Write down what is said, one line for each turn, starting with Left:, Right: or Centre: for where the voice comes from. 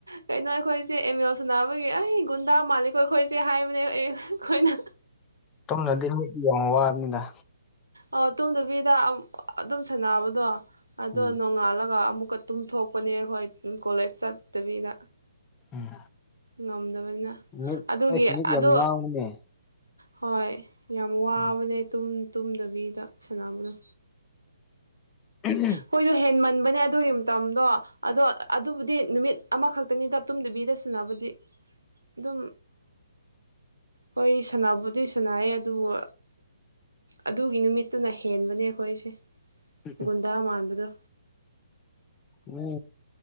Right: ꯀꯩꯅꯣ ꯑꯩꯈꯣꯏꯁꯦ ꯑꯦꯝꯃꯦꯜ ꯁꯅꯥꯕꯒꯤ ꯑꯩ ꯒꯨꯟꯗꯥ ꯃꯥꯜꯂꯤꯛꯀꯣ ꯑꯩꯈꯣꯏꯁꯦ ꯍꯥꯏꯕꯅꯦ ꯑꯦ ꯑꯩꯈꯣꯏꯅ
Left: ꯇꯣꯝꯅꯗꯤ ꯋꯥꯔꯅꯤꯗ
Right: ꯑ ꯇꯨꯝꯗꯕꯤꯗ ꯑꯗꯨꯝ ꯁꯥꯟꯅꯕꯗꯣ ꯑꯗꯣ
Left: ꯎꯝ
Right: ꯅꯣꯡꯉꯥꯜꯂꯒ ꯑꯃꯨꯛꯀ ꯇꯨꯝꯊꯣꯛꯄꯅꯦ ꯑꯩꯈꯣꯏ ꯀꯣꯂꯦꯖ ꯆꯠꯇꯕꯤꯗ
Left: ꯎꯝ
Right: ꯉꯝꯗꯕꯅꯤꯅ
Left: ꯃꯤꯠ
Right: ꯑꯗꯨꯒꯤ
Left: ꯑꯩꯁ ꯃꯤꯠ
Right: ꯑꯗꯣ
Left: ꯌꯥꯝ ꯉꯥꯡꯕꯅꯦ
Right: ꯍꯣꯏ ꯌꯥꯝ ꯋꯥꯕꯅꯦ
Left: ꯎꯝ
Right: ꯇꯨꯝ ꯇꯨꯝꯗꯕꯤꯗ ꯁꯥꯟꯅꯕꯗꯣ
Left: ꯎꯝ
Right: ꯑꯩꯈꯣꯏꯗꯣ ꯍꯦꯟ ꯃꯟꯕꯅꯦ ꯑꯗꯨꯒꯤ ꯃꯇꯝꯗꯣ ꯑꯗꯣ ꯑꯗꯨꯕꯨꯗꯤ ꯅꯨꯃꯤꯠ ꯑꯃꯈꯛꯇꯅꯤꯗ ꯇꯨꯝꯗꯕꯤꯗ ꯁꯟꯅꯕꯨꯗꯤ ꯑꯗꯨꯝ ꯍꯣꯏ ꯁꯥꯟꯕꯨꯗꯤ ꯁꯥꯟꯅꯩ ꯑꯗꯨꯕꯨ ꯑꯗꯨꯒꯤ ꯅꯨꯃꯤꯠꯇꯨꯅ ꯍꯦꯟꯕꯅꯦ ꯑꯩꯈꯣꯏꯁꯦ
Left: ꯎꯝ
Right: ꯒꯨꯟꯗꯥ ꯃꯥꯟꯕꯗ
Left: ꯃꯤ